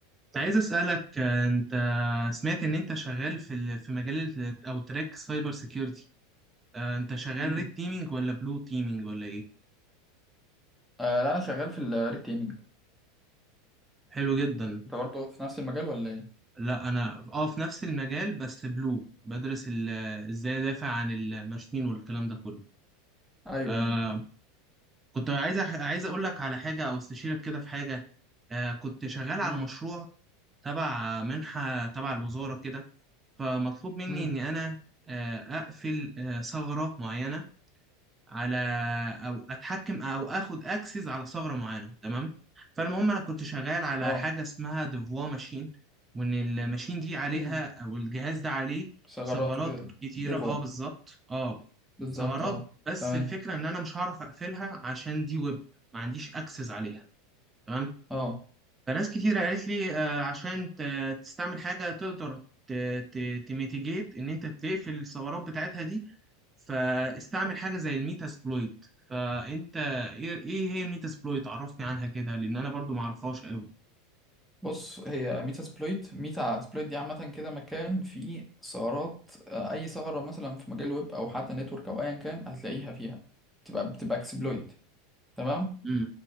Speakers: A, on the right; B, in the centre.
A: كنت عايز أسألك آه، أنت سمعت إن أنت شغال في ال- في مجال ال- أو تراك سايبر سيكيورتي آه، أنت شغال
B: مم.
A: ريد تيمينج ولا بلو تيمينج ولا إيه؟
B: آه لا انا شغال في الريت تيمينج
A: حلو جدا
B: انت برضه في نفس المجال ولا ايه
A: لا أنا أه في نفس المجال بس بلو بدرس ال- إزاي أدافع عن الماشين والكلام ده كله
B: ايوه
A: آه
B: ايوه
A: كنت عايز أح- عايز أقول لك على حاجة أو استشيرك كده في حاجة آه كنت شغال على
B: امم
A: مشروع تبع منحة تبع الوزارة كده فمطلوب مني
B: امم
A: إني أنا آه أقفل آه ثغرة معينة على او اتحكم او اخد اكسس على ثغره معينه تمام فالمهم انا كنت شغال على
B: اه
A: حاجه اسمها ديفوا ماشين وان الماشين دي عليها
B: امم
A: او الجهاز ده عليه
B: ثغرات
A: ثغرات
B: وكده
A: كتيره
B: ديفوا
A: اه بالظبط اه
B: بالظبط
A: ثغرات
B: اه
A: بس
B: تمام
A: الفكره ان انا مش هعرف اقفلها عشان دي ويب ما عنديش اكسس عليها تمام
B: اه
A: فناس كتير قالت لي آه، عشان ت- تستعمل حاجه تقدر تميتيجيت ان انت تقفل الثغرات بتاعتها دي فاستعمل حاجه زي الميتاسبلويت فانت ايه إيه هي الميتاسبلويت عرفني عنها كده لان انا برضو ما اعرفهاش قوي
B: بص هي ميتا سبلويت ميتا سبلويت دي عامة كده مكان فيه ثغرات آه، أي ثغرة مثلا في مجال ويب أو حتى نتورك أو أيا كان هتلاقيها فيها تبقى بتبقى اكسبلويت تمام
A: امم